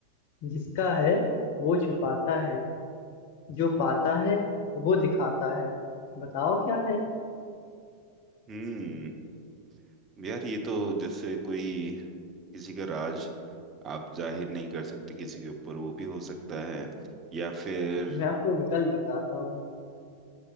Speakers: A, on the left (about 45°); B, on the right (about 25°).
A: जिसका है वो छुपाता है जो पाता है वो दिखाता है बताओ क्या है
B: हम्म यार ये तो जैसे कोई किसी का राज आप जाहिर नहीं कर सकते किसी के ऊपर वो भी हो सकता है या फिर
A: मैं आपको विकल्प बताता हूँ